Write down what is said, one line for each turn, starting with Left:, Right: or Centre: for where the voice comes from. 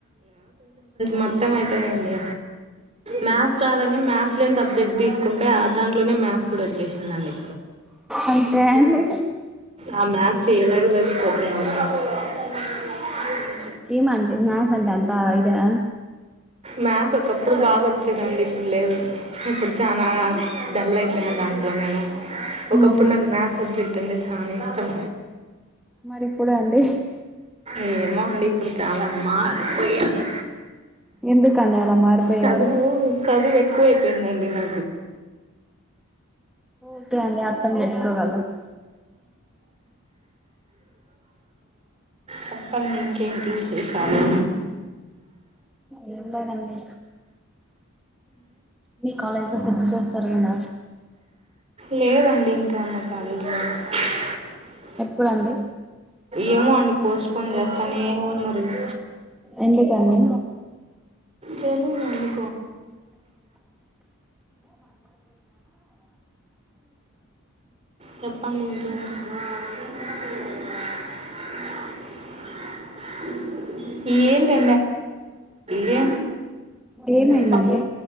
Right: మర్ధం అయితాయండి మ్యాథ్స్ రాదని మ్యాథ్స్ లేని సబ్జెక్ట్ తీసుకుంటే ఆ దాంట్లో ట్లోనే మ్యాస్ కూడా వచ్చేసిందండి
Centre: అంతే అండి
Right: ఆ మ్యా థ్స్ చేయలేక సచ్చి పోతూ <unintelligible>
Centre: ఈ మండి మ్యాస్ అంటళ్లు అంత ఇదా
Right: మ్యాథ్స్ ఒకప్పుడు బాగా వచ్చేదండి ఇప్పుడు లేదు ఇప్పుడు చానా డల్ అయిపోయిన దాంట్లో నేను ఒకప్పుడు
Centre: మ్మ్.
Right: నాకు మ్యాథ్ సబ్జెక్ట్ అంటే చానా ఇష్టం
Centre: మరి ఇప్పుడు అండి
Right: ఏమో అండి ఇప్పుడు చాలా మ్మా పోయాను
Centre: ఎందుకండి అలా మారిపోయారు
Right: చదువు చదువుఎక్కు ఎక్కువై పోయి పయిందండి నా
Centre: ఓకే అండి అర్థం చేసుకోగలం <inaudible>
Right: చెప్పండి ఇంకేంటి విశేషాలు
Centre: ఏంటో నండి మీ కాలజ్ ఫెస్టివల్ తరగ నా
Right: లేదండి ఇంకా మ <unintelligible>
Centre: ఎప్పుడండి
Right: ఏమో అండి పోస్ట్పోన్ చేస్తానే ఉన్నారు గా
Centre: ఎందుకండి
Right: తెలుగు ఎండి చెప్పండి ఇంకేంటి క
Centre: ఏమైందండి
Right: పక్